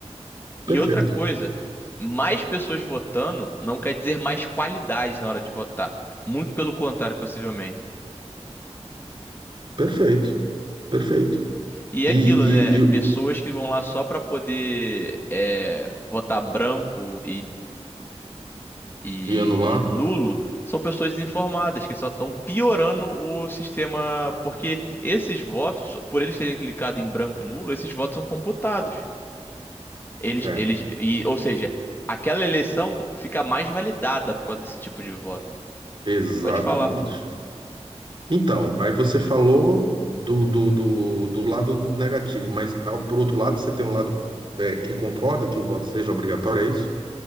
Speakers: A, on the left; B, on the right.
A: E
B: perfeito,
A: outra coisa, mais pessoas votando não quer dizer mais qualidade na hora de votar. Muito pelo contrário, possivelmente.
B: perfeito, perfeito.
A: E
B: E,
A: é aquilo,
B: e,
A: né? Pessoas
B: e,
A: que vão lá só para poder é, votar branco e
B: e anular?
A: nulo são pessoas desinformadas que só estão piorando o sistema, porque esses votos, so, por eles terem clicado em branco e nulo, esses votos são computados. Eles,
B: É,
A: eles, e, ou seja, aquela eleição fica mais validada por causa desse tipo de voto.
B: exatamente.
A: Pode falar.
B: Então, aí você falou do, do, do, do lado negativo, mas ao, por outro lado, você tem um lado é, que concorda que o voto seja obrigatório, é isso?